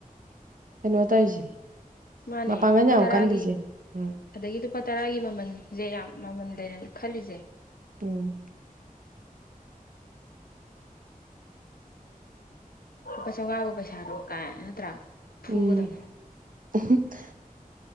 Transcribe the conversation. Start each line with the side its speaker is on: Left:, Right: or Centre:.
Right: ꯀꯩꯅꯣ ꯇꯧꯔꯤꯁꯦ
Left: ꯃꯥꯅꯦ
Right: ꯃꯄꯥꯡꯒꯟ
Left: ꯂꯨꯄꯥ
Right: ꯌꯥꯝ
Left: ꯇꯔꯥꯒꯤ
Right: ꯀꯜꯂꯤꯁꯦ ꯎꯝ
Left: ꯑꯗꯒꯤ ꯂꯨꯄꯥ ꯇꯔꯥꯒꯤ ꯃꯃꯜꯁꯦ ꯌꯥꯝ ꯃꯃꯜ ꯂꯩꯅ ꯈꯜꯂꯤꯁꯦ
Right: ꯎꯝ
Left: ꯂꯨꯄꯥ ꯆꯧꯉꯥꯕꯨ ꯄꯩꯁꯥꯔꯣ ꯀꯥꯏ ꯅꯠꯇ꯭ꯔꯥ ꯐꯨꯒꯗꯕꯅꯤ
Right: ꯎꯝ <unintelligible>